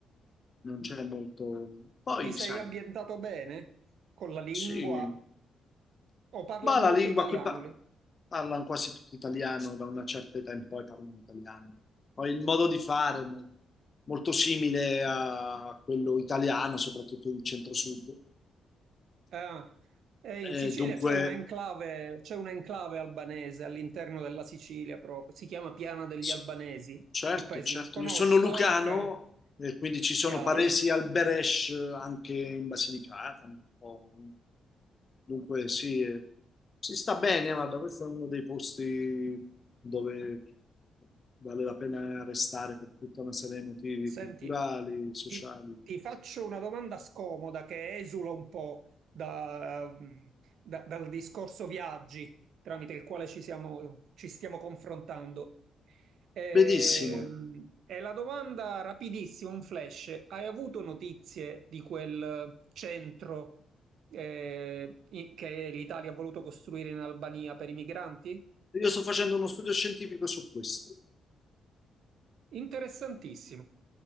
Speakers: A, on the left; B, on the right.
A: non c'è molto. Poi,
B: Ti sei
A: sai,
B: ambientato bene con la lingua?
A: sì.
B: O parlano
A: Ma la
B: molto
A: lingua
B: italiano
A: qui pa-
B: lì?
A: parlano quasi tutti italiano, da una certa età in poi parlano italiano. Poi il modo di fare è mo- molto simile a quello italiano, soprattutto del centro-sud.
B: Ah, eh,
A: Eh,
B: in Sicilia
A: dunque,
B: c'è un'enclave, c'è un'enclave albanese all'interno della Sicilia proprio, si chiama Piana degli
A: s-
B: Albanesi,
A: Certo,
B: il paesino.
A: certo.
B: Conosci?
A: Io sono lucano
B: Ah, ok,
A: e quindi ci sono
B: chiaro.
A: paresi al Beresh eh, anche in Basilicata. un po'. Dunque, sì, eh, si sta bene, guarda, questo è uno dei posti dove vale la pena restare per tutta una serie di motivi
B: Senti,
A: culturali, sociali.
B: ti, ti faccio una domanda scomoda che esula un po' da- da- dal discorso viaggi tramite il quale ci siamo- ci stiamo confrontando. Ehm,
A: Benissimo.
B: è la domanda rapidissima, un flash. Hai avuto notizie di quel centro eh, i- che l'Italia ha voluto costruire in Albania per i migranti?
A: Io sto facendo uno studio scientifico su questo.
B: Interessantissimo.